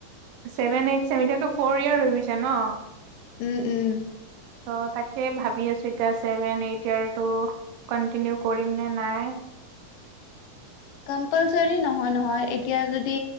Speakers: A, on the right (about 80°); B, on the left (about 80°).
A: ছেভেন এইথ <unintelligible> এতিয়াটো ফ'ৰ ইয়েৰ হৈ গৈছে ন?
B: উম, উম।
A: ত' তাকে ভাবি আছো এতিয়া, ছেভেন, এইট ইয়াৰটো কন্টিনিউ কৰিম নে নাই।
B: কম্পালচৰী নহয় নহয়, এতিয়া যদি